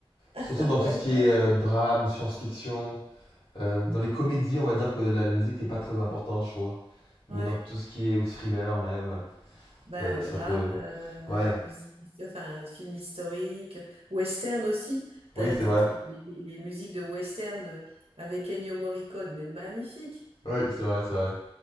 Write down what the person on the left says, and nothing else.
Surtout
dans tout
ce qui
est euh, drame, science-fiction, Heu, dans les comédies, on va dire que la la musique n'est pas très importante, je trouve. Mais
dans tout ce qui est ou thriller même,
heu, ça
peut
ouais,
oui, c'est
vrai.
Oui, c'est vrai, c'est vrai.